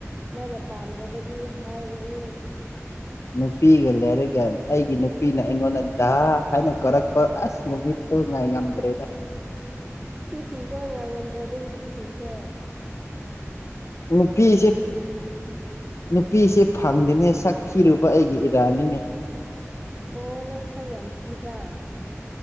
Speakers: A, on the right (about 15°); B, on the left (about 60°).
A: ꯃꯥꯅ ꯄꯥꯝꯗꯕꯗꯤ ꯍꯥꯏꯔꯣꯏꯌꯦ
B: ꯅꯨꯄꯤꯒ ꯂꯩꯔꯒ ꯑꯩꯒꯤ ꯅꯨꯄꯤꯅ ꯑꯩꯉꯣꯟꯗ ꯗꯥ ꯍꯥꯏꯅ ꯀꯥꯔꯛꯄ ꯑꯁ ꯅꯨꯃꯤꯠꯇꯨ ꯉꯥꯏ ꯉꯝꯗ꯭ꯔꯦꯗ
A: ꯄꯤ ꯊꯤꯈ꯭ꯔꯣ ꯉꯥꯏ ꯉꯝꯗ꯭ꯔꯗꯤꯅ ꯄꯤꯊꯤꯈ꯭ꯔꯣ
B: ꯅꯨꯄꯤꯁꯦ ꯅꯨꯄꯤꯁꯦ ꯐꯪꯗꯤꯅꯦ ꯁꯛ ꯊꯤꯔꯨꯕ ꯑꯩꯒꯤ ꯏꯔꯥꯅꯤꯅꯦ
A: ꯑꯣ ꯅꯪ ꯁꯥꯏ ꯌꯥꯝ ꯊꯤꯕ꯭ꯔꯥ